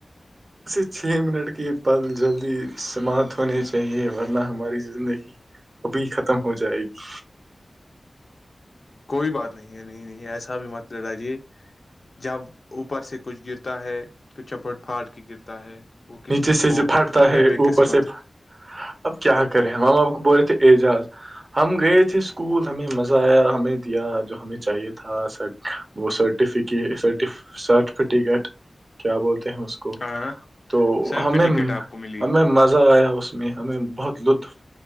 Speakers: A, on the right; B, on the left.
A: <inaudible> بس یہ چھ منٹ کے پل جلدی سماپت ہونے چاہیے ورنہ ہماری زندگی ابھی ختم ہو جائے گی
B: کوئی بات نہیں ہے نہیں نہیں ایسا بھی مت لڑاجے جب اوپر سے کچھ گرتا ہے <unintelligible> تو چپٹ پھاٹ کی گرتا ہے وہ قسمت
A: نیچے سے
B: ہو
A: جو پھٹتا ہے
B: یا بے
A: اوپر
B: قسمت
A: سے اب کیا کرے ہمام آپ کو بولے تھے اعجاز ہم گئے تھے اسکول ہمیں مزہ آیا ہمیں دیا جو ہمیں چاہیے تھا سر <unintelligible> وہ سرٹیفکر سرٹیفکٹ کیا بول ہیں اس کو
B: ہاں
A: تو
B: سر
A: ہمیں
B: پہ ٹکٹ آپ کو ملی
A: ہمیں مزہ آیا اس <unintelligible> اس میں ہمیں بہت لطف